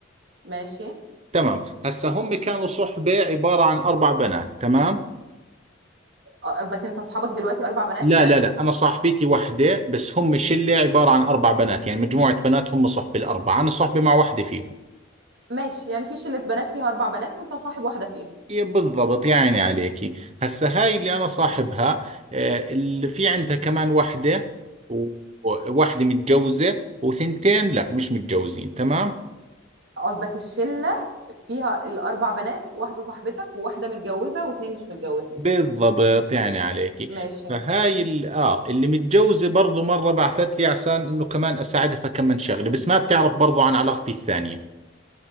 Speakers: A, on the right; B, on the right.
A: ماشي
B: تمام هسا هم كانوا صحبة عبارة عن اربع بنات تمام
A: آه، قصدك انت اصحابك دلوقتي اربع بنات
B: لا
A: يعني
B: لا لا انا صاحبتي وحدة بس هم شلة عبارة عن اربع بنات يعني مجموعة بنات هم صحبة الاربعة انا صحبة مع وحدة فيهم
A: ماشي يعني في شله بنات فيها اربع بنات وانت صاحب واحده فيهم
B: إيه بالضبط يا عيني عليكي هسا هاي اللي انا صاحبها آه، اللي في عندها كمان وحدة و- وواحدة متجوزة وثنتين لا مش متجوزين تمام
A: قصدك الشله فيها الاربع بنات واحده صاحبتك وواحده متجوزه واتنين مش متجوزين
B: بالضبط يعني عليكي
A: ماشي
B: فهاي ال... اه اللي متجوزة برضو مرة بعثت لي عشان انه كمان اساعدها فكمن شغلة بس ما بتعرف برضو عن علاقتي الثانية